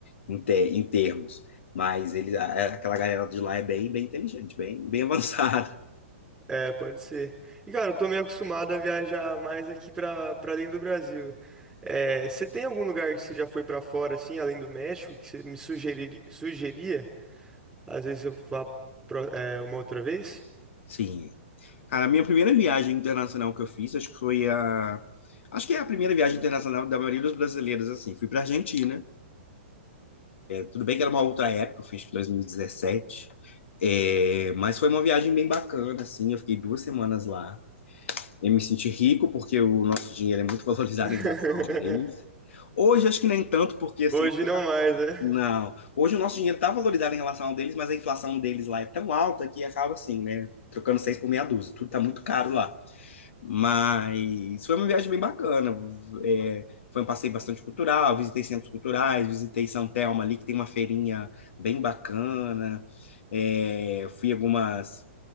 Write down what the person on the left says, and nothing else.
em, te- em termos, mas eles, a- aquela galera de lá é bem, bem inteligente, bem, bem <laughs> avançada.
Sim. Cara, a minha primeira viagem internacional que eu fiz, acho que foi a, acho que é a primeira viagem internacional da maioria dos brasileiros, assim, fui pra Argentina, Tudo bem que era uma outra época, eu fiz em 2017, é, mas foi uma viagem bem bacana, assim, eu fiquei duas semanas lá. Eu me senti rico porque o nosso dinheiro é muito valorizado
em relação ao deles. Hoje acho que nem tanto, porque assim,
é-
não. Hoje o nosso dinheiro está valorizado em relação ao deles, mas a inflação deles lá é tão alta que acaba assim, né? Trocando seis por meia dúzia. Tudo está muito caro lá. Mas foi uma viagem bem bacana. É, foi um passeio bastante cultural, visitei centros culturais, visitei São Telmo ali, que tem uma feirinha bem bacana. É, fui algumas,